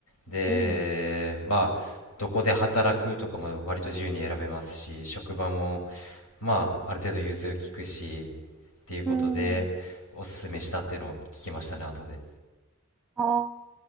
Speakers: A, on the left (about 90°); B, in the centre.
A: で、
B: うん。
A: まあ、どこで働くとかも割と自由に選べますし、職場も、まあ、ある程度融通きくし、っていうことで、
B: うん、
A: おすすめしたっていうのを聞きましたね、後で。
B: あー